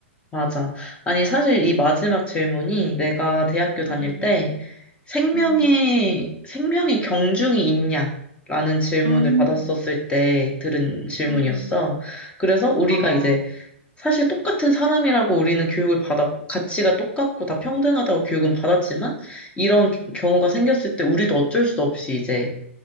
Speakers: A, on the left; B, on the right.
A: 맞아. 아니, 사실 이 마지막 질문이 내가 대학교 다닐
B: 음,
A: 때 생명의,
B: 음,
A: 생명의 경중이 있냐? 라는 질문을
B: 음,
A: 받았었을 때 들은 질문이었어.
B: 음,
A: 그래서 우리가
B: 아,
A: 이제 사실 똑같은 사람이라고 우리는 교육을 받았, 가치가 똑같고 다 평등하다고 교육은 받았지만 이런 경우가 생겼을 때 우리도 어쩔 수 없이 이제